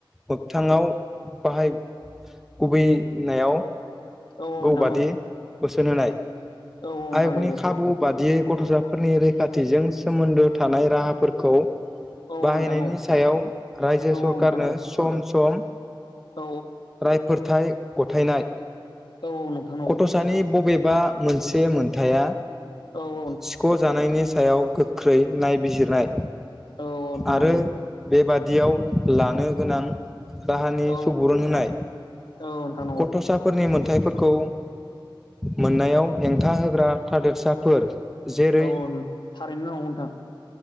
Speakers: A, in the centre; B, on the left (about 65°).
A: मोगथाङाव बाहाय गुबैनायाव
B: औ। नोंथां
A: बादि
B: औ
A: बोसोन होनाय
B: औ नोंथां
A: आयगनि
B: नंगौ
A: खाबु बादियै गथ'साफोरनि रैखाथिजों सोमोन्दो थानाय राहाफोरखौ
B: औ
A: बाहायनायनि
B: नोंथां औ
A: सायाव रायजो
B: औ
A: सरखारनो
B: नोंथां औ
A: सम सम
B: औ
A: रायफोरथाय गथायनाय।
B: औ नोंथां नंगौ
A: गथ'सानि बबेबा मोनसे मोनथाया
B: औ नोंथां औ
A: सिख'जानायनि सायाव गोख्रै नायबिजिर नाय
B: औ नोंथां
A: आरो
B: नंगौ
A: बेबादियाव लानो गोनां राहानि
B: औ
A: सुबुरुन होनाय
B: औ नोंथां
A: गथ'साफोरनि मोनथाइफोरख खौ मोननायाव हेंथा होग्रा थादेरसाफोर। जेरै
B: औ थारैनो नंगौ नोंथां।